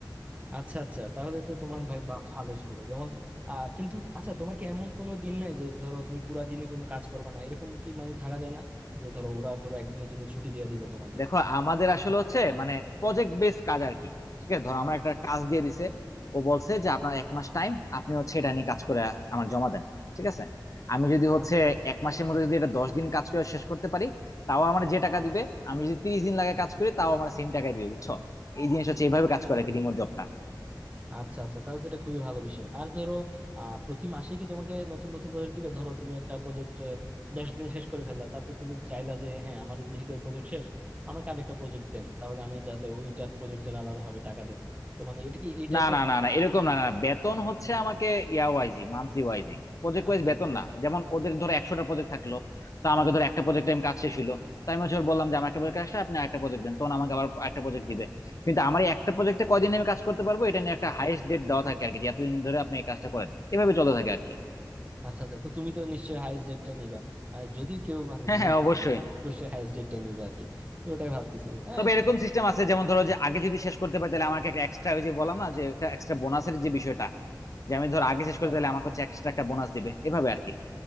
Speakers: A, on the right; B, on the left.
A: আচ্ছা আচ্ছা তাহলে তো তোমার ভাই বা ভালোই সুবিধা যেমন আহ কিন্তু আচ্ছা তোমার কি এমন কোনো দিন নাই যে ধরো তুমি পুরা দিনে কোনো কাজ করবে না এরকম কি মানে থাকা যায় না যে ধরো ওরা ধরো একদিনের জন্য ছুটি দিয়ে দিল তোমাকে
B: দেখো আমাদের
A: এরকম?
B: আসলে হচ্ছে মানে প্রজেক্ট বেস কাজ আর কি ঠিক আছে ধরো আমার একটা কাজ দিয়ে দিছে ও বলছে যে আপনার এক মাস টাইম আপনি হচ্ছে এটা নিয়ে কাজ করে আমার জমা দেন ঠিক আছে আমি যদি হচ্ছে
A: আচ্ছা
B: এক মাসের মধ্যে যদি এটা দশ দিন কাজ করে শেষ করতে পারি তাও আমার যে টাকা দিবে আমি যদি তিরিশ দিন লাগে কাজ করি তাও আমার সেম টাকাই দিবে বুঝছো এই জিনিস হচ্ছে এইভাবে কাজ করে আর কি রিমোট জবটা
A: আচ্ছা আচ্ছা তাহলে তো এটা খুবই ভালো বিষয় আর ধরো আহ প্রতি মাসে কি তোমাকে নতুন নতুন প্রজেক্ট দিবে ধরো তুমি একটা প্রজেক্ট দশ দিনে শেষ করে ফেললা তারপর তুমি চাইলা যে হ্যাঁ আমার যেহেতু এই প্রজেক্ট শেষ আমাকে আরেকটা প্রজেক্ট দেন তাহলে আমি যাতে ওইটার প্রজেক্টের আলাদাভাবে টাকা দেন তো মানে এটা কি এই টাইপের
B: না না না না এরকম না না না। বেতন হচ্ছে আমাকে ইয়া ওয়াইজি মান্থলি ওয়াইজি প্রজেক্ট ওয়াইজ
A: আচ্ছা
B: বেতন
A: আচ্ছা
B: না যেমন ওদের ধরো একশোটা প্রজেক্ট থাকলো তো আমাকে ধরো একটা প্রজেক্ট টাইম কাজ শেষ হলো তাই আমি হচ্ছে ওর বললাম যে আমার একটা প্রজেক্ট আসলে আপনি একটা প্রজেক্ট দেন তখন আমাকে আবার একটা প্রজেক্ট দিবে কিন্তু আমার এই একটা প্রজেক্টে কয়দিন আমি কাজ করতে পারবো এটা নিয়ে একটা হাইয়েস্ট ডেট দেওয়া থাকে আর কি যে এতদিন ধরে আপনি এই কাজটা করেন এভাবে চলতে থাকে আর কি
A: আচ্ছা আচ্ছা তো তুমি তো নিশ্চয়ই হায়েস্ট ডেটটাই নিবা আর যদি কেউ মানে
B: হ্যাঁ
A: যে
B: হ্যাঁ
A: কোনো
B: অবশ্যই
A: অবশ্যই হায়েস্ট ডেটটাই নিবে আর কি তো ওটাই ভাবতেছি হ্যাঁ
B: তবে
A: এটা
B: এরকম সিস্টেম আছে যেমন ধরো যে আগে যদি শেষ করতে পারি তাহলে আমাকে একটা এক্সট্রা ওই যে বললাম না যে একটা এক্সট্রা বোনাসের যে বিষয়টা যে আমি ধরো আগে শেষ
A: আচ্ছা
B: করতে
A: আচ্ছা
B: তাহলে আমাকে হচ্ছে এক্সট্রা একটা বোনাস দিবে এভাবে আর কি